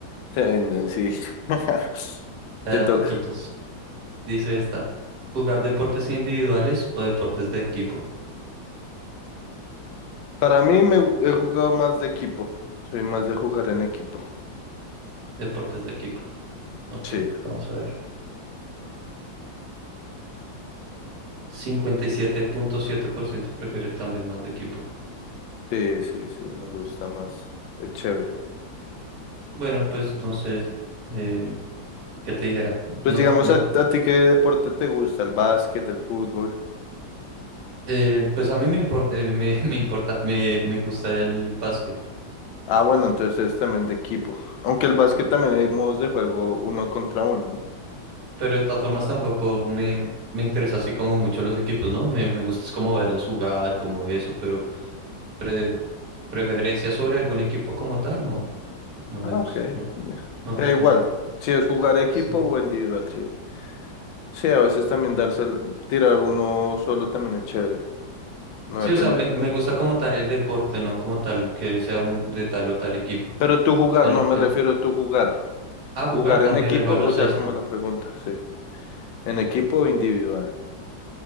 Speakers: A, on the left; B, on the right.
A: se venden, sí. <laughs>
B: la
A: Te
B: de a
A: toca.
B: poquitos. Dice esta, jugar deportes individuales o deportes de equipo.
A: Para mí me he jugado más de equipo. Soy más de jugar en equipo.
B: Deportes de equipo. Ok,
A: Sí,
B: vamos a ver. Cincuenta y siete siete punto siete por ciento prefiere también más de equipo.
A: sí, sí, sí, me gusta más. Es chévere.
B: Bueno, pues no sé, eh, ¿qué te dijera?
A: Pues
B: No,
A: digamos,
B: no,
A: ¿a, a ti qué deporte te gusta? ¿El básquet, el fútbol?
B: eh, pues a mí me importa, me, <laughs> me importa, me, me gusta el básquet,
A: Ah, bueno, entonces eres también de equipo. Aunque el básquet también hay modos de juego uno contra uno, ¿no?
B: pero de todas formas tampoco me, me interesa así como mucho los equipos, ¿no? Me, me gusta es como verlos jugar, como eso, pero pre- preferencia sobre algún equipo como tal, no, no
A: Ah,
B: me gusta,
A: ok.
B: no,
A: ya.
B: no
A: Da
B: le tengo.
A: igual, si es jugar
B: Sí,
A: equipo
B: sí.
A: o individual, sí. Sí, a veces también darse, el- tirar uno solo también es chévere. No
B: Sí,
A: depende,
B: o sea, me, me
A: ¿no?
B: gusta como tal el deporte, no como tal que sea un de tal o tal equipo.
A: Pero tú jugar,
B: Sino
A: no
B: el,
A: me
B: el-
A: refiero a tú jugar.
B: ah, jugar
A: Jugar
B: también
A: en equipo,
B: el baloncesto.
A: o sea, como la pregunta, sí. ¿En equipo o individual?